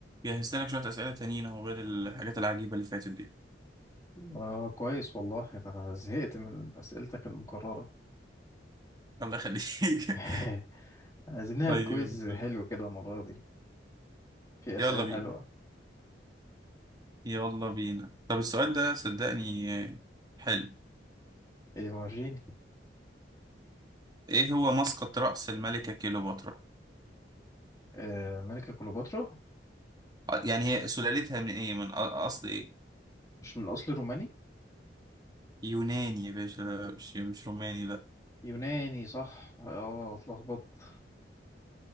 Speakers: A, on the right; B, on the left.
A: جهزت لك شوية أسئلة تانيين أهو غير الحاجات العجيبة اللي فاتت دي
B: آه كويس والله ده أنا زهقت من أسئلتك المكررة
A: الله يخليك
B: <laughs> عايزين نعمل
A: <laughs> طيب
B: كويز حلو كده المرة دي في أسئلة
A: يلا بينا
B: حلوة
A: يلا بينا طب السؤال ده صدقني حلو
B: إيه وريني
A: إيه هو مسقط رأس الملكة كليوباترا؟
B: آه ملكة كليوباترا
A: آه، يعني هي سلالتها من إيه؟ من أ- أصل إيه؟
B: مش من أصل روماني
A: يوناني يا باشا لا مش مش روماني لا
B: يوناني صح اه اتلخبطت